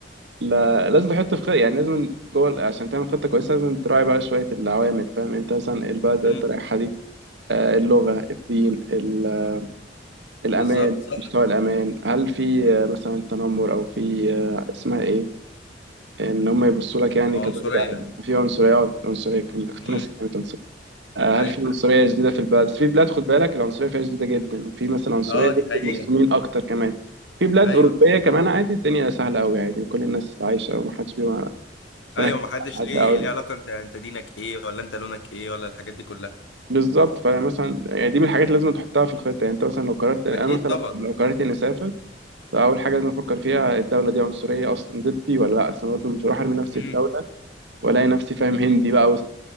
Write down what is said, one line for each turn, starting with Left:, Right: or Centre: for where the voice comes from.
Right: لا لازم تحط في خطة يعني لازم جوه عشان تعمل خطه كويسه لازم تراعي بقى شويه العوامل فاهم انت مثلا البلد اللي
Left: امم
Right: انت رايحها دي آه، اللغه الدين ال- الامان
Left: بالظبط صح
Right: مستوى الامان هل في آه، مثلا تنمر او في آه، اسمها ايه ان هم يبصوا لك يعني
Left: عنصريه
Right: كدرجه عاليه في عنصريه عنصريه كل- كنت
Left: امم
Right: ناسي كلمه عنصريه آه،
Left: ايوه
Right: هل في عنصريه شديده في البلد في بلاد خد بالك العنصريه فيها شديده جدا وفي مثلا عنصريه
Left: اه
Right: ضد
Left: دي حقيقه
Right: المسلمين اكتر كمان في بلاد
Left: ايوه
Right: اوروبيه كمان عادي الدنيا سهله قوي عادي كل الناس عايشه ومحدش بيبقى بيناكد
Left: ايوه ما حدش
Right: حد
Left: ليه
Right: قوي
Left: ليه علاقه انت انت دينك ايه ولا انت لونك ايه ولا الحاجات دي كلها
Right: بالظبط فمثلا يعني دي من الحاجات اللي لازم تحطها في الخطه يعني انت مثلا لو قررت انا
Left: اكيد
Right: مثلا
Left: طبعا
Right: لو لو قررت اني اسافر فاول حاجه لازم افكر فيها الدوله دي عنصريه اصلا ضدي ولا لا اصلا برضه مش هروح ارمي نفسي
Left: امم
Right: في دوله والاقي نفسي فاهم هندي بقى وسط